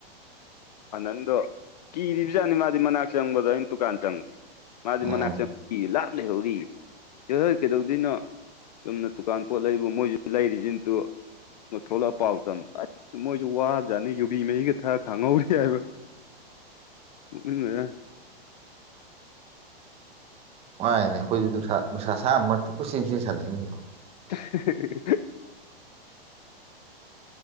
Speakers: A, on the left; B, on the right.
A: ꯑꯅꯟꯗꯣ ꯀꯤꯔꯤꯕꯖꯥꯠꯅꯦ ꯃꯥꯗꯤ ꯃꯅꯥꯛ ꯆꯪꯕꯗꯣ ꯑꯩꯅ ꯗꯨꯀꯥꯟ ꯆꯪꯕ ꯃꯥꯗꯤ
B: ꯎꯝ
A: ꯃꯅꯥꯛ ꯆꯪꯕ ꯀꯤ ꯂꯥꯞꯅ ꯂꯩꯍꯧꯔꯤꯌꯦ ꯆꯣꯍꯦ ꯀꯩꯗꯧꯗꯣꯏꯅꯣ ꯆꯨꯝꯅ ꯗꯨꯀꯥꯟ ꯄꯣꯠ ꯂꯩꯕꯨ ꯃꯣꯏꯖꯨ ꯂꯩꯔꯤꯁꯤꯅꯤ ꯇꯨ ꯊꯣꯛꯣꯂꯛꯑ ꯄꯥꯎ ꯇꯝ ꯑꯁ ꯃꯣꯏꯖꯨ ꯋꯥꯕ ꯖꯥꯠꯅꯤ ꯌꯨꯕꯤ ꯃꯍꯤꯒ ꯊꯛꯑ ꯈꯥꯡꯍꯧꯔꯤ ꯍꯥꯢꯕ ꯅꯣꯛꯅꯤꯡꯒꯔꯖꯥꯅꯦ
B: ꯋꯥꯥꯏꯅꯦ ꯑꯩꯈꯣꯏꯁꯨ ꯅꯨꯡꯁꯥ ꯅꯨꯡꯁꯥ ꯁꯥꯕ ꯃꯔꯛꯇ ꯀꯣꯢ ꯆꯦꯟ ꯆꯦꯟ ꯁꯥꯟꯅꯩꯃꯤꯗꯣ
A: <unintelligible>